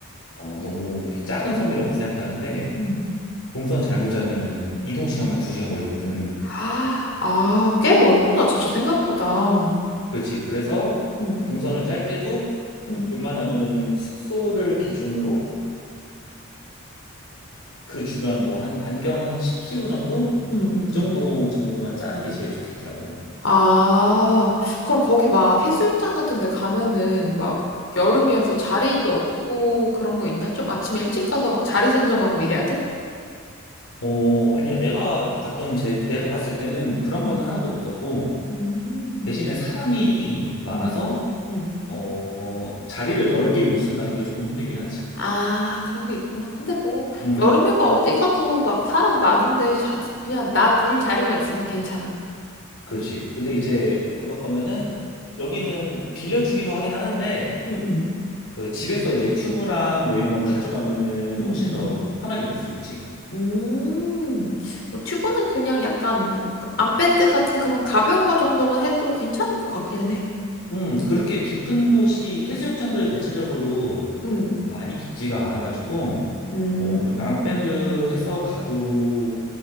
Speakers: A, on the left; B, on the left.
A: 어, 너무 이렇게 작은 섬이라고 생각하는데
B: 응.
A: 동선 잘못 짜면은 이동 시간만 2시간 걸리거든.
B: 아, 아, 꽤 멀구나, 진짜 생각보다.
A: 그렇지. 그래서
B: 응.
A: 동선을 짤 때도
B: 응.
A: 웬만하면은 숙소를 기준으로 그 주변 뭐 한 반경 10km 정도?
B: 응응.
A: 이 정도 정도만 짜는 게 제일 좋겠더라고.
B: 아, 그럼 거기 막 해수욕장 같은 데 가면은 막 여름이어서 자리도 없고 그런 거 있나? 좀 아침에 일찍 가서 막 자리 선점하고 이래야 돼?
A: 어, 아니야. 내가 갔던 제, 내가 갔을 때는 그런
B: 음,
A: 거는 하나도 없었고,
B: 음,
A: 대신에 사람이 많아서,
B: 음, 음.
A: 어, 자리를 넓게 못 쓴다는 게 조금 힘들긴 하지.
B: 아, 그런 게 있구나. 근데 뭐,
A: 음,
B: 여름휴가 어디 가도 막 사람 많은데, 자, 그냥 나 둘 자리만 있으면 괜찮아.
A: 그렇지. 근데 이제, 그럴 거면은, 여기는 빌려주기도 하긴 하는데,
B: 응, 응
A: 그 집에서 이제 튜브랑 뭐 이런 걸
B: 응,
A: 가져가면은
B: 응,
A: 훨씬 더
B: 응.
A: 편하게 놀 수 있지.
B: 음, 뭐, 튜브는 그냥 약간, 뭐, 암밴드 같은 그런 가벼운 거 정도만 해도 괜찮을 것 같기는 해.
A: 음, 그렇게 깊은 곳이 해수욕장들은 대체적으로
B: 음,
A: 많이 깊지가 않아가지고
B: 음,
A: 어, 그렇게
B: 음.
A: 암밴드해서 가도